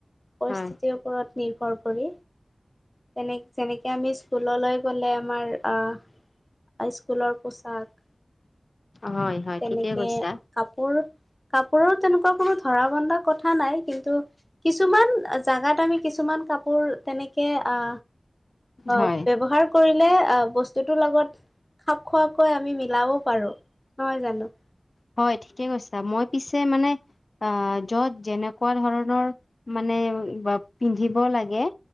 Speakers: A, on the left (about 20°); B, on the left (about 65°).
A: পৰিস্থিতিৰ
B: হয়
A: ওপৰত নিৰ্ভৰ কৰি তেনে যেনেকে আমি স্ক স্কুললৈ গ'লে আমাৰ আ, স্কুলৰ পোছাক
B: হয় হয়
A: তেনেকে
B: ঠিকেই কৈছা
A: কাপোৰ কাপোৰৰ তেনেকুৱা কোনো ধৰা বন্ধা কথা নাই কিন্তু, কিছুমান জাগাত আমি কিছুমান কাপোৰ তেনেকে আ অ,
B: হয়
A: ব্যৱহাৰ কৰিলে আ বস্তুটোৰ লগত খাপ খোৱাকৈ আমি মিলাব পাৰোঁ, নহয় জানো
B: হয়, ঠিকে কৈছা মই পিছে মানে আ, য'ত যেনেকুৱা ধৰণৰ মানে বা পিন্ধিব লাগে